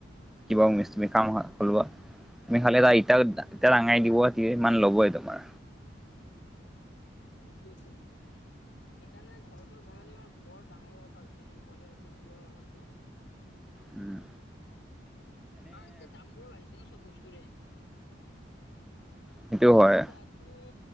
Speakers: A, in the centre; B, on the left.
A: কিবা <unintelligible> কাম হ'লো। তুমি খালে ইটা-ইটা দাঙাই দিবতি <unintelligible> ইমান লবই তোমাৰ।
B: সেইটোয়েটো। সেইকাৰণে ঘৰ চৰ বনালে মানেও বৰ ডাঙৰ কথা হৈছে কিন্তু পইচা চইচা মিলোৱাৰ কথাটো।
A: উম।
B: কাৰণ এতিয়া দামবোৰো বাঢ়িছে ন চ'ব বস্তুৰে?
A: সেইটো হয়
B: এতিয়া দত তুমি,